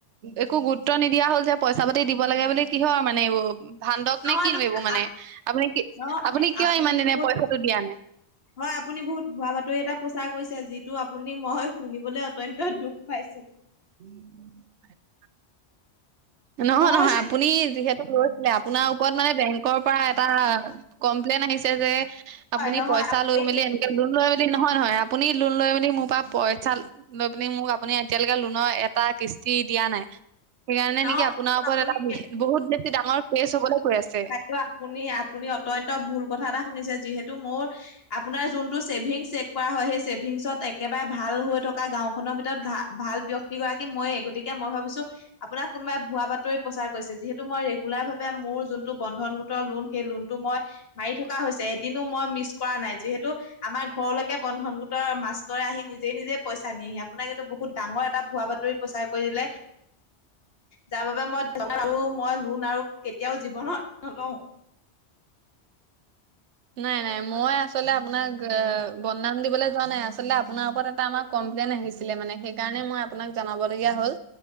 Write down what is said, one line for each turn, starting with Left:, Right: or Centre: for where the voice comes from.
Right: একো গুৰুত্ব নিদিয়া হ'ল যে পইচা পাতি দিব লাগে বুলি কিহৰ আৰু মানে এইবোৰ ভান্দক
Left: নহয়
Right: নে কি
Left: নহয়
Right: ধৰিব মানে আপুনি কি
Left: নহয়
Right: আপুনি কিয় ইমান দিনে
Left: বহুত
Right: পইচাটো দিয়া নাই?
Left: হয় আপুনি বহুত ভুৱা বাতৰি এটা প্ৰচাৰ কৰিছে যিটো আপুনি মই শুনিবলৈ অত্যন্ত দুখ পাইছো।
Right: <inaudible> নহয়-
Left: মোৰ
Right: নহয় আপুনি যিহেতু লৈছিলে আপোনাৰ কত মানে বেংকৰ পৰা এটা কমপ্লেইন আহিছে যে
Left: হয়
Right: আপুনি
Left: নহয়
Right: পইচা
Left: আপুনি
Right: লৈ মেলি লোন লৈ মেলি নহয়- নহয় আপুনি লোন লৈ মেলি মোৰ পৰা পইচা লৈ পেনি মোক আপুনি এতিয়ালৈকে লোন ন'এটা কৃস্তি দিয়া নাই। সেইকাৰণে
Left: নহয়
Right: নেকি আপোনাৰ ওপৰত
Left: আপুনি
Right: এটা বহুত বেছি ডাঙৰ কেছ হবলৈ গৈ আছে।
Left: ত'আপুনি -আপুনি অত্যন্ত ভুল কথা এটা শুনিছে যিহেতু মোৰ আপোনাৰ যোনটো চেছেভিংছ চেক কৰা হয় সেই চছেভিংছত একেবাৰে ভাল হৈ থকা গাওঁ খনৰ ভিতৰত ঘা ভাল ব্যক্তিগৰাকী মইয়ে গতিকে মই ভাবিছোঁ আপোনাক কোনোবাই ভুৱা বাতৰি প্ৰচাৰ কৰিছে যিহেতু মই ৰেগুলাৰ ভাৱে মোৰ যোনটো বন্ধন গোটৰ লোন সেই লোনটো মই মাৰি থকা হৈছে এদিনো মই মিছ কৰা নাই যিহেতু আমাৰ ঘৰলৈকে বন্ধন গোটৰ মাষ্টৰে আহি নিজেই - নিজে পইচা নিয়েহি আপোনাক এইটো বহুত ডাঙৰ এটা ভুৱা বাতৰি প্ৰচাৰ কৰি দিলে যাৰ বাবে মই আৰু মই লোন আৰু কেতিয়াওঁ জীৱনত নলওঁ।
Right: নাই- নাই মই আচলতে আপোনাক বদনাম দিবলৈ যোৱা নাই আচলতে আপোনাৰ ওপৰত এটা আমাক কমপ্লেইন আহিছিলে মানে সেইকাৰণে মই জনাব লগীয়া হ'ল।